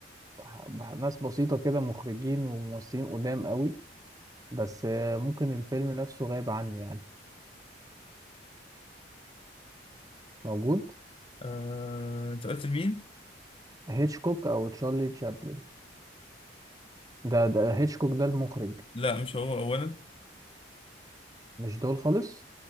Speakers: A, on the right (about 20°); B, on the left (about 30°).
A: ح- ناس بسيطه كده مخرجين وممثلين قدام قوي بس آه، ممكن الفيلم نفسه غايب عني يعني موجود
B: آه... أنت قلت لمين؟
A: هيتشكوك او تشارلي تشابلن ده ده هيتشكوك ده المخرج
B: لا مش هو أولا
A: مش دول خالص